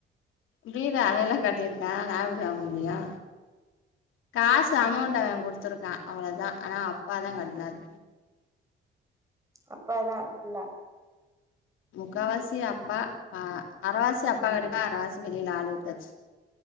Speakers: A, on the left; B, on the right.
A: வீடு அதெல்லா கட்டியிருக்கா நா எப்டி வாங்க முடியு காசு மொத்தஅமௌண்ட் அவ கொடுத்துருக்கா அவ்வளோதா ஆனா அப்பா தா கட்னாரு
B: அப்பா வா ஃபுல்லா
A: முக்கவாசி அப்பா அ அரைவாசி அப்பா அரைவாசி வெளியில ஆளு விட்டாச்சு